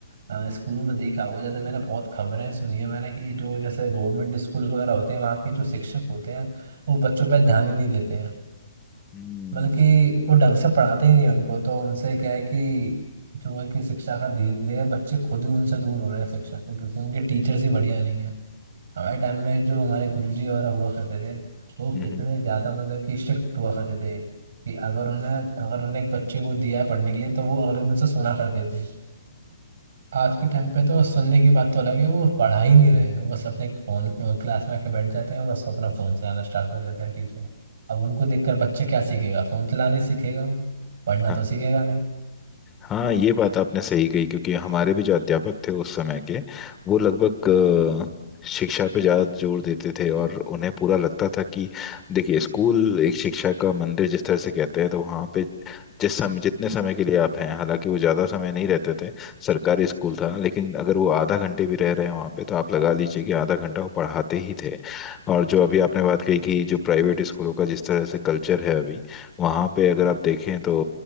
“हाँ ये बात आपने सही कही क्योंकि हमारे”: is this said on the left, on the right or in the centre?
Left